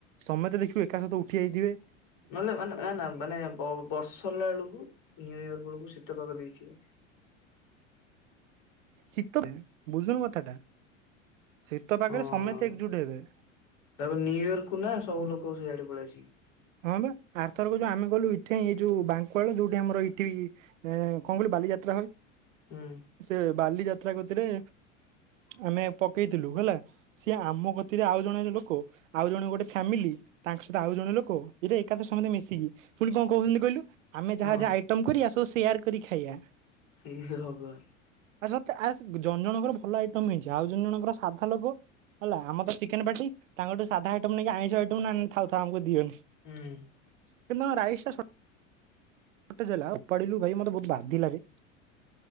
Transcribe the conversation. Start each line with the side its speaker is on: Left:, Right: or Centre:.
Right: ସମେତେ ଦେଖିବୁ ଏକା ସହିତ ଉଠି ଆଇଥିବେ।
Left: ନହେଲେ ଅନା ଆନା ମାନେ ବ-ବର୍ଷ ସରିଲା ବେଳୁକୁ ନ୍ୟୁ ଇୟର ବେଳୁକୁ ଶୀତ ପାଗ ଦେଇଥିବ।
Right: ଶୀତରେ। ବୁଝୁନ କଥାଟା। ଶୀତ ପାଗେରେ
Left: ହଁ
Right: ସମେତେ ଏକ୍ଜୁଟ୍ ହେବେ।
Left: ତାପରେ ନ୍ୟୁ ଇୟରକୁ ନା ସବୁ ଲୋକ ସିଆଡେ ପଳି ଆସିବେ।
Right: ହଁ ବା ଆର ଥରକ ଯୋଉ ଆମେ ଗଲୁ ଇଠେଇଁ, ଏ ଯୋଉ ବାଙ୍କୁଆଳ ଯୋଉଠେ ଆମର ଇଠେଇଁ ଏଁ କଁ କଇଲୁ ବାଲିଯାତ୍ରା ହଏ।
Left: ହୁଁ
Right: ସେ ବାଲିଯାତ୍ରା କତିରେ ଆମେ ପକେଇଥିଲୁ ହେଲା। ସିଏ ଆମ କତିରେ ଆଉ ଜଣେ ଲୋକ, ଆଉ ଜଣେ ଗୋଟେ ଫ୍ୟାମିଲି ତାଙ୍କ ସହିତ ଆଉ ଜଣେ ଲୋ କ ଇରେ ଏକାଥରେ ସମତେ ମିଶିକି ପୁଣି କଣ କହୁଥିଲି କହିଲୁ? ଆମେ
Left: ହଁ
Right: ଯାହା ଯାହା ଆଇ ଟମ୍ କରିଆ ସବୁ ସେୟାର କରି ଖାଇଆ।
Left: ହେଇ ସେ ଭଗବାନ୍।
Right: ଆଚ୍ଛା ତ ଆ ଜଣ ଜଣଙ୍କର ଭଲ ଆଇଟମ୍ ହେଇଚି। ଆଉ ଜଣ ଜଣଙ୍କର ସାଧା ଲୋକ। ହେଲା ଆମର ତ ଚିକେନ୍ ପାଟି। ତାଙ୍କ ଠୁ ସାଧା ଆଇଟମ୍ ନେଇକି ଆଇଁଷ ଆଇଟମ୍ ନା ନା ଥାଉ ଥାଉ ଆମୁକୁ ଦିଅନି।
Left: ହୁଁ।
Right: ସେଦିନ ରାଇସ୍ ଟା ସ ସର୍ଟେଜ୍ ହେଲା ଫୋପାଡିଲୁ ଭାଇ ମତେ ବହୁତ ବାଧିଲାରେ।